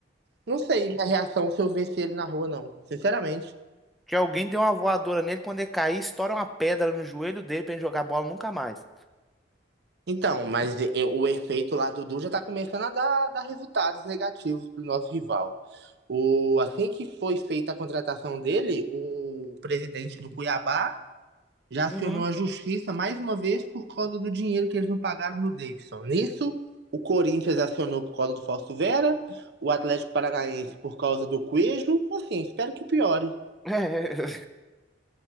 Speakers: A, on the right (about 60°); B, in the centre.
A: não sei minha reação se eu visse ele na rua, não. Sinceramente.
B: Que alguém deu uma voadora nele, quando ele cair, estoura uma pedra no joelho dele pra ele jogar bola nunca mais.
A: Então, mas e- o efeito lá do Du já tá começando a dar, dar resultados negativos pro nosso rival. O, assim que foi feita a contratação dele, o presidente do Cuiabá já acionou
B: Uhum.
A: a
B: <laughs>
A: justiça mais uma vez por causa do dinheiro que eles não pagaram no Davidson. Nisso, o Corinthians acionou por causa do Fausto Vera, o Atlético Paranaense por causa do Cuejo. Assim, espero que piore.
B: É,